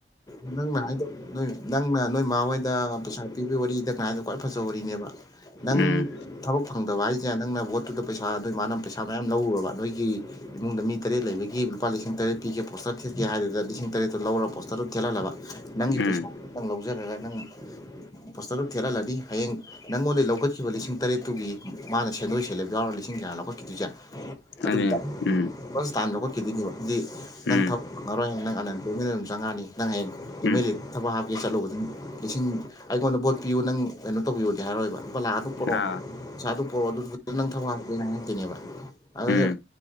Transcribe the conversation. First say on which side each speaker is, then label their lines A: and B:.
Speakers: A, on the left (about 20°); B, on the left (about 80°).
A: ꯅꯪꯅ ꯍꯥꯏꯗꯣ ꯅꯣꯢ ꯅꯪꯅ ꯅꯣꯢ ꯃꯥꯥ ꯍꯣꯢꯗ ꯄꯩꯁꯥ ꯄꯤꯕꯩ ꯋꯥꯔꯤꯗ ꯍꯥꯏꯗꯣ ꯈ꯭ꯋꯥꯏ ꯐꯖꯕ ꯋꯥꯔꯤꯅꯦꯕ ꯅꯪ
B: ꯎꯝ
A: ꯊꯕꯛ ꯐꯪꯗꯕ ꯍꯥꯢꯖꯦ ꯅꯪꯅ ꯕꯣꯠꯇꯨꯗ ꯄꯩꯁꯥ ꯅꯣꯢ ꯃꯥꯅ ꯄꯩꯁꯥ ꯃꯌꯥꯝ ꯂꯧꯔꯨꯔꯕ ꯅꯣꯢꯒꯤ ꯏꯃꯨꯡꯗ ꯃꯤ ꯇꯔꯦꯠ ꯂꯩꯕꯒꯤ ꯂꯨꯄꯥ ꯂꯤꯁꯤꯡ ꯇꯔꯦꯠ ꯄꯤꯒꯦ ꯄꯣꯁꯇꯔ ꯊꯦꯠꯀꯦ ꯍꯥꯢꯗꯨꯗ ꯂꯤꯁꯤꯡ ꯇꯔꯦꯠꯇꯣ ꯂꯧꯔ ꯄꯣ ꯊꯦꯠꯍꯜꯂꯕ ꯅꯪꯒꯤ ꯄꯩꯁꯥ
B: ꯎꯝ
A: ꯅꯪ ꯂꯧꯖꯔꯒ ꯅꯪꯅ ꯄꯣꯁꯇꯔꯗꯣ ꯊꯦꯠꯍꯜꯂꯗꯤ ꯍꯌꯦꯡ ꯅꯪꯉꯣꯟꯗꯒꯤ ꯂꯧꯈꯠꯈꯤꯕ ꯂꯤꯁꯤꯡ ꯇꯔꯦꯠꯇꯨꯒꯤ ꯃꯥꯅ ꯁꯦꯟꯗꯣꯢ ꯁꯦꯂꯦꯞ ꯌꯥꯎꯔꯒ ꯂꯤꯁꯤꯡ ꯀꯌꯥꯅꯣ ꯂꯧꯈꯠꯈꯤꯗꯣꯢꯁꯦ ꯑꯗꯨꯒꯤ
B: ꯑꯗꯨꯅꯤ
A: ꯗꯕꯜ
B: ꯎꯝ
A: ꯇꯥꯏꯝ ꯂꯧꯈꯠꯈꯤꯗꯣꯢꯅꯦꯕ ꯗꯤ ꯅꯪ
B: ꯎꯝ
A: ꯊꯕꯛ ꯐꯪꯉꯔꯣꯏ ꯅꯪ ꯑꯟ ꯑꯦꯝꯄ꯭ꯂꯣꯢꯃꯦꯟꯗ ꯗꯨꯝ ꯆꯪꯉꯛꯑꯅꯤ ꯅꯪ ꯍꯌꯦꯡ ꯑꯦꯝ
B: ꯎꯝ
A: ꯑꯦꯜ ꯑꯦ ꯊꯕꯛ ꯍꯥꯞꯀꯦ ꯆꯠꯂꯨꯕꯗ ꯂꯤꯁꯤꯡ ꯑꯩꯉꯣꯟꯗ ꯚꯣꯠ ꯄꯤꯌꯨ ꯅꯪ ꯀꯩꯅꯣ ꯇꯧꯕꯤꯌꯣꯗꯤ ꯍꯥꯢꯔꯣꯢꯕ ꯂꯨꯄꯥ ꯂꯥꯛ ꯑꯗꯨꯛ ꯄꯨꯔꯛꯑꯣ
B: ꯑꯥ
A: ꯄꯩꯁꯥ ꯑꯗꯨ ꯄꯣꯔꯛꯑꯣ ꯑꯗꯨꯗꯨ ꯅꯪ ꯊꯕꯛ ꯍꯥꯄꯤꯗꯣꯏꯅꯦ ꯍꯥꯏꯔꯛꯇꯣꯏꯅꯦꯕ ꯑꯗꯨ
B: ꯎꯝ